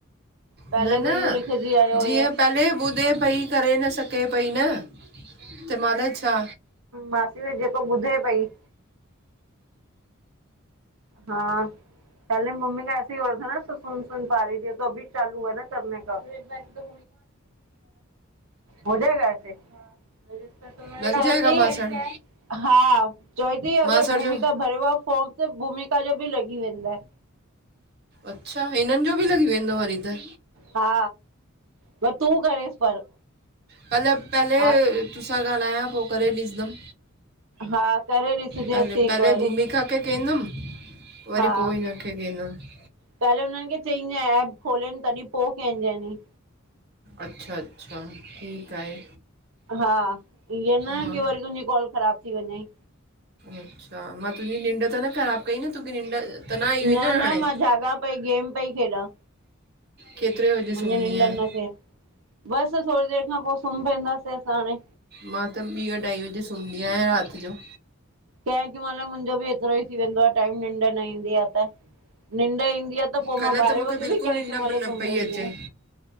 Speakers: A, on the right; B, on the right.
A: पहले
B: न,
A: त
B: न
A: इहो लिखजी आयो
B: जीअं
A: हुयसि
B: पेहले ॿुधे पई, करे न सघे पई न। <unintelligible> छा।
A: मां चयो जेको ॿुधे पई। हा। पहले मम्मी का ऐसे ई हूथा था न, तो सुन, सुन, पा रही थी। तो अभी चालू हुआ ना। चाल मैं करती हूं। हो गया वेसे? र
B: लॻ
A: <inaudible> चऐ
B: जाएगा
A: ती
B: मासण
A: हा। चऐ ती आॻारि
B: मासण
A: भूमिका
B: जो
A: भरियुव फॉर्म। सिर्फ भूमिका जो बि लॻी वेंदाइन।
B: अच्छा। हिननि जो बि लॻी वेंदो वरी त।
A: हा। पोइ तूं करेसि पर।
B: कल। पहले
A: हा
B: तोसां ॻाल्हायां पोइ करे ॾिदम।
A: हा करे ॾिसजेसि
B: पहले,
A: हिकु
B: पहले
A: वारी
B: भूमिका खे कंदुमि। वरी
A: हा
B: पोइ हिनखे कंदमि।
A: पहले हुननि खे चईं ऐएप खोलनि तॾहिं पोइ कंहिंज नि।
B: अच्छा। अच्छा, ठीकु आहे।
A: हा। ईअं न
B: हा
A: की वरी तुंहिंजी कॉल ख़राब थी वञई।
B: अच्छा। मां तुंहिंजी निंड त न ख़राब कई न? तूखे निंड त आई हुई
A: न
B: हाणे
A: न मां जाॻा पई गेम पई खेॾां।
B: केतिरे वजे
A: मुंहिंजी
B: सुम्हंदी
A: निंड
B: आहीं
A: न थे। बसि थोरी देरि खां पोइ सुम्ह पेदासे असां हाणे।
B: मां त ॿीं अढाई वजे सुम्हंदी आहियां राति जो।
A: कंहिंॾहिं महिल मुंहिंजो बि एतिरो ई थी वेंदो आ टाइम निंड न ईंदी आ त। निंड ईंदी आ त पोइ
B: कल्ह
A: मां ॿारहें
B: मूंखे
A: वॻे
B: बिल्कुलु
A: बि कंहिं,
B: निंड
A: कंहिं महिल
B: न
A: सुमपवईंदी
B: पई अचे
A: आहियां।